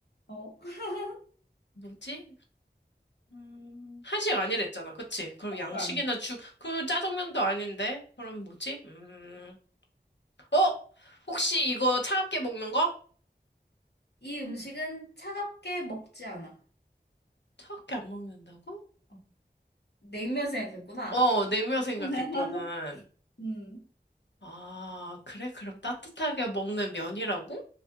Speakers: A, on the left (about 70°); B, on the left (about 85°).
A: 어? <laughs>
B: 뭐지? 음, 한식 아니랬잖아. 그치? 그럼
A: 한식
B: 양식이나
A: 아니야.
B: 죽, 그럼 짜장면도 아닌데? 그럼 뭐지? 음, 어? 혹시 이거 차갑게 먹는 거?
A: 이 음식은 차갑게 먹지 않아.
B: 차갑게 안 먹는다고?
A: 어, 냉면 생각했구나.
B: 어, 냉면 생각했거든.
A: <laughs> 음,
B: 아, 그래? 그럼 따뜻하게 먹는 면이라고?